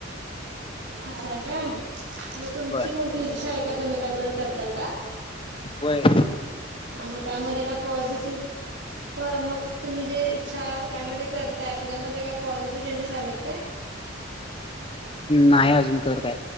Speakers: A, on the right; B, on the left.
A: अस आहे काय का मग तुमची
B: होय
A: कोणती? इच्छा आहे का? तुम्ही त्याबद्दल करता का?
B: व्हय.
A: ह मग त्यामध्ये का पॉझिटिव.. प मग तुम्ही जे इच्छा त्यामध्ये करताय त्याच्यामध्ये काय पॉझिटिव्ह चेंजेस आलेत काय?
B: नाही अजून खरं काय